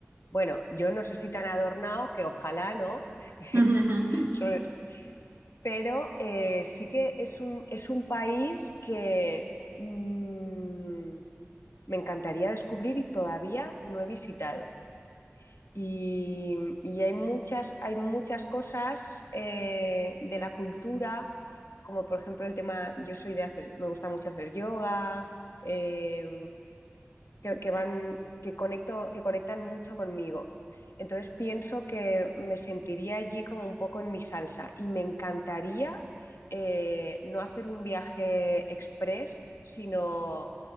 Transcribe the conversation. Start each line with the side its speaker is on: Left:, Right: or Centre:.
Left: bueno, yo no sé si tan adornado que ojalá, ¿no? <laughs>
Right: Ujú, ujú, ujú.
Left: Sobre- pero eh, sí que es un, es un país que mm, me encantaría descubrir y todavía no he visitado. Y, y hay muchas, hay muchas cosas eh, de la cultura, como por ejemplo el tema, yo soy de hacer, me gusta mucho hacer yoga, eh, que, que van, que conecto, que conectan mucho conmigo. Entonces pienso que me sentiría allí como un poco en mi salsa y me encantaría eh, no hacer un viaje express, sino